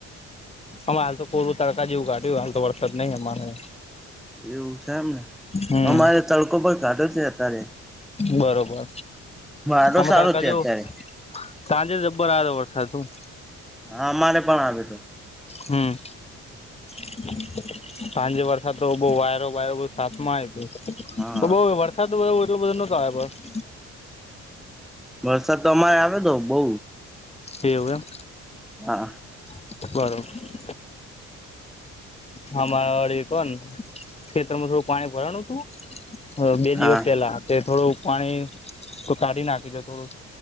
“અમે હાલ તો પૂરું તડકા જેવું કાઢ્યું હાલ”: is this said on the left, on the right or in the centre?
Left